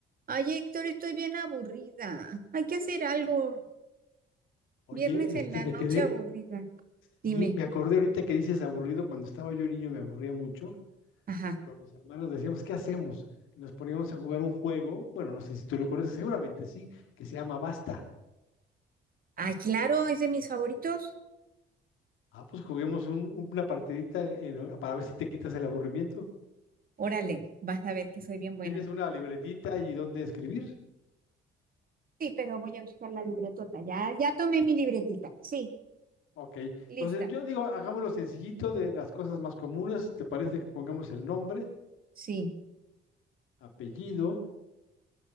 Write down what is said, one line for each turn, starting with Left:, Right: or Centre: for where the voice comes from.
Right: Ay, Héctor, estoy bien aburrida. Hay que hacer algo.
Left: Oye,
Right: Viernes en
Left: este,
Right: la
Left: me
Right: noche
Left: quedé,
Right: aburrida. Dime.
Left: sí, me acordé ahorita que dices aburrido, cuando estaba yo niño me aburría mucho,
Right: Ajá.
Left: con mis hermanos decíamos, ¿qué hacemos? Y nos poníamos a jugar un juego, bueno, no sé si tú lo conoces, seguramente sí, que se llama Basta.
Right: Ay, claro,
Left: ¿Lo conoces?
Right: es de mis favoritos.
Left: Ah, pues juguemos un- un- una partidita en- en lo- para ver si te quitas el aburrimiento.
Right: Órale, vas a ver que soy bien buena.
Left: ¿Tienes una libretita y dónde escribir?
Right: Sí, pero voy a buscar la libretota. Ya, ya tomé mi libretita. Sí,
Left: Ok,
Right: lista.
Left: entonces yo digo, hagámoslo sencillito de las cosas más comunes, ¿te parece que pongamos el nombre,
Right: Sí.
Left: apellido,